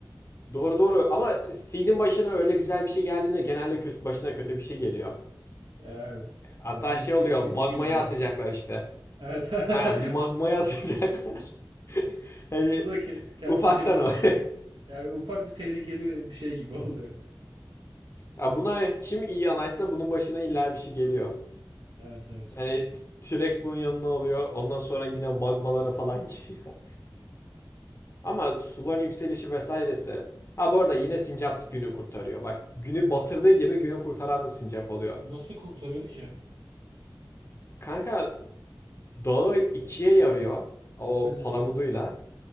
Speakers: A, on the left; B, on the right.
A: doğru doğru ama Seed'in başına öyle güzel bir şey geldiğinde genelde kötü başına kötü bir şey geliyor.
B: Ya evet.
A: Hatta
B: Adamın
A: şey oluyor
B: bir yüzü
A: magmaya
B: gülmüyor.
A: atacaklar işte.
B: Evet. <laughs>
A: Aynen bir magmaya atacaklar. <laughs> hani
B: Bu da ke- kendini
A: ufaktan
B: şey sanıyor.
A: o. <laughs>
B: Yani ufak bir tehlikeli bir şey gibi <laughs> oluyor.
A: ya buna kim iyi anaysa bunun başına illa bir şey geliyor.
B: Evet evet.
A: Yani T- rex bunun yanına oluyor. Ondan sonra yine magmalara falan giriyor. Ama suların yükselişi vesairesi. Ha bu arada yine sincap günü kurtarıyor. Bak günü batırdığı gibi günü kurtaran da sincap oluyor.
B: Nasıl kurtarıyordu ki?
A: Kanka dağı ikiye yarıyor. O
B: Hı.
A: palamuduyla.